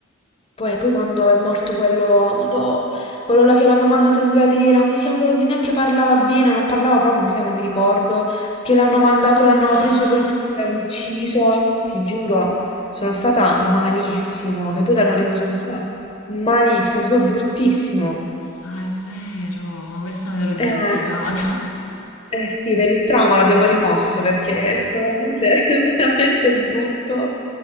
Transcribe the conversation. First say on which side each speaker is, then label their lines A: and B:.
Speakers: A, on the left (about 25°); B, on the left (about 85°).
A: poi, poi quando è morto quello, madò, quello là che l'hanno mandato in galera, come si chiama quello che neanche parlava bene, non parlava proprio, mi sa, non mi ricordo, che l'hanno mandato, l'hanno
B: Ah,
A: preso i poliziotti, l'hanno ucciso, ti giuro, sono stata malissimo, che poi l'hanno arrivato, sono stata malissimo, sono bruttissimo.
B: ah, è vero, ma questa me l'ero dimenticata.
A: Eh,
B: <laughs>
A: eh sì, per il trauma l'abbiamo rimosso perché è stato veramente, <laughs> veramente brutto,